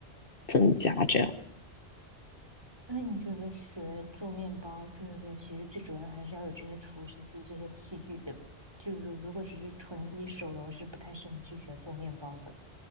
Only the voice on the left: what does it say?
增加这样。